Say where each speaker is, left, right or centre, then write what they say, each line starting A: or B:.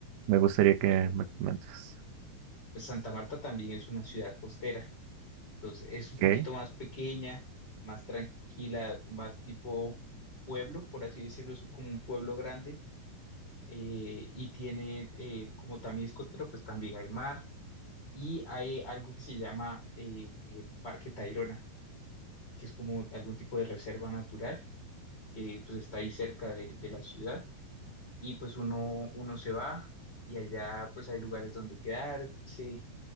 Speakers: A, on the right; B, on the left.
A: Me gustaría
B: Bueno,
A: que me comentes.
B: pues Santa Marta también es una ciudad costera, entonces es un poquito
A: Ok,
B: más pequeña, más tranquila, más tipo pueblo, por así decirlo, es como un pueblo grande. eh, y tiene, eh, como también es costero, pues también hay mar y hay algo que se llama eh, eh, Parque Tayrona. que es como algún tipo de reserva natural que pues está ahí cerca de, de la ciudad y pues uno, uno se va y allá pues hay lugares donde quedarse,